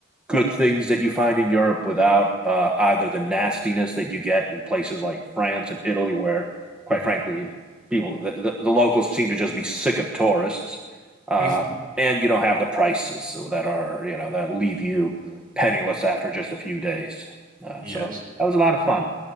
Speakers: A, in the centre; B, on the right (about 45°).
A: good things that you find in Europe without uh, either the nastiness that you get in places like France and Italy, where, quite
B: Mhm.
A: frankly, people the, the, the locals seem to just be sick of tourists, uh,
B: <laughs>
A: and you don't have the prices that are you know that leave you penniless after just a few days. Uh,
B: Yes.
A: so that was a lot of fun.